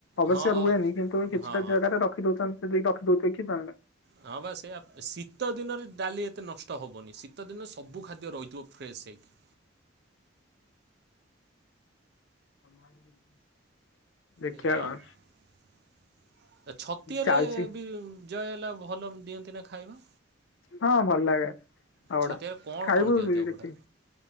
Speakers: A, on the left (about 75°); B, on the right (about 60°).
A: ଅବଶ୍ୟ
B: ହଁ ଅ,
A: ରୁହେନି କିନ୍ତୁ କିଛିଟା
B: ହଁ।
A: ଜାଗାରେ ରଖିଦଉଛନ୍ତି ଯି ରଖିଦଉଥେ କି ଜାଣ।
B: ହଁ ବା ସେ ଶୀତ ଦିନରେ ଡାଲି ଏତେ ନଷ୍ଟ ହେବନି। ଶୀତ ଦିନରେ ସବୁ ଖାଦ୍ୟ ରହିଥିବ ଫ୍ରେସ ହେଇକି।
A: <inaudible>
B: ଏଇଆାଉ
A: କଣ
B: ଛତିଆରେ
A: ଚାଲିଛି
B: ବି ଜୟ ହେଲା। ଭଲ ଦିଅନ୍ତି ନା ଖାଇବା।
A: ହଁ ଭଲ ଲାଗେ ଆଉ
B: ଛତିଆରେ
A: ଗୁଡା
B: କଣ
A: ଖାଇବୁ
B: କଣ ଦିଅନ୍ତି ଅଭଡ଼ା
A: ଦେଛି।